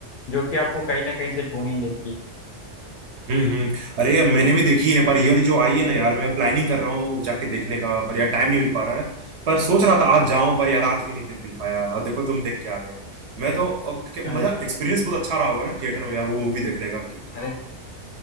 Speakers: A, on the left; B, on the right.
A: जो कि आपको कहीं ना कहीं से ढूंढ ही लेगी
B: हम्म हम्म अरे मैंने भी देखी है पर ये वाली जो आई है ना यार मैं प्लानिंग कर रहा हूँ जाके देखने का पर यार टाइम नहीं मिल पा रहा है पर सोच रहा था आज जाऊं पर यार आज भी नहीं दे- मिल पाया और देखो तुम देख के आ गए मैं तो और क्या-
A: अरे
B: मजा एक्सपीरियंस बहुत अच्छा रहा होगा ना थिएटर में यार वो मूवी देखने का
A: अरे